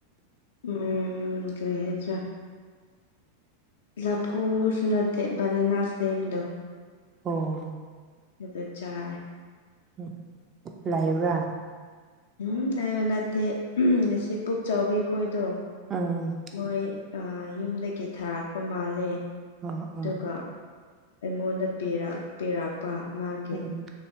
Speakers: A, on the left; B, on the right.
A: ꯎꯝ....... ꯀꯔꯤ ꯍꯥꯢꯁꯦꯔ ꯂꯐꯨꯁꯨ ꯅꯠꯇꯦ ꯕꯟꯅꯅ ꯁ꯭ꯇꯦꯝꯗꯣ
B: ꯑꯣ......
A: ꯗꯨꯗ ꯆꯥꯏ
B: ꯎ..... ꯂꯥꯏꯕ꯭ꯔꯥ
A: ꯎꯝ ꯍꯥꯏꯕ ꯅꯠꯇꯦ ꯉꯁꯤ ꯄꯨꯛ ꯆꯥꯎꯕꯤꯈꯣꯏꯗꯣ
B: ꯑꯝ....
A: ꯃꯣꯏ ꯑ.... ꯌꯨꯝꯗꯒꯤ ꯊꯥꯔꯛꯄ ꯃꯥꯜꯂꯦ ꯑꯗꯨꯒ
B: ꯑꯣ ꯑꯣ
A: ꯑꯩꯉꯣꯟꯗ ꯄꯤꯔꯛ ꯄꯤꯔꯛꯄ ꯃꯥꯒꯤ
B: ꯎꯝ